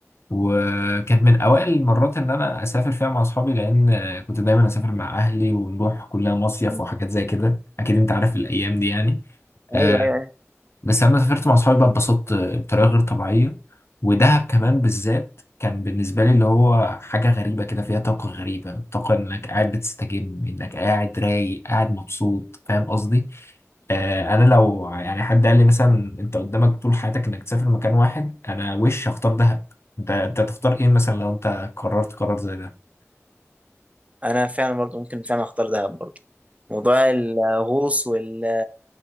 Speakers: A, on the left; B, on the right.
A: وكانت من اوائل المرات ان انا اسافر فيها مع اصحابي لان آه، كنت دايما اسافر مع اهلي ونروح كلها مصيف
B: مم.
A: وحاجات زي كده اكيد انت عارف الايام دي يعني
B: أيوه
A: آه،
B: أيوه أيوه
A: بس لما سافرت مع صحابي بقى اتبسطت بطريقة غير طبيعية ودهب كمان بالذات كان بالنسبة لي اللي هو حاجة غريبة كده فيها طاقة غريبة طاقة إنك قاعد بتستجم إنك قاعد رايق قاعد مبسوط فاهم قصدي؟ آه أنا
B: مم.
A: لو يعني حد قال لي مثلا أنت قدامك طول حياتك إنك تسافر مكان واحد أنا وش هختار دهب أنت أنت تختار إيه مثلا لو أنت قررت قرار زي ده؟
B: أنا فعلا برضو ممكن فعلا أختار دهب برضو موضوع الغوص وال...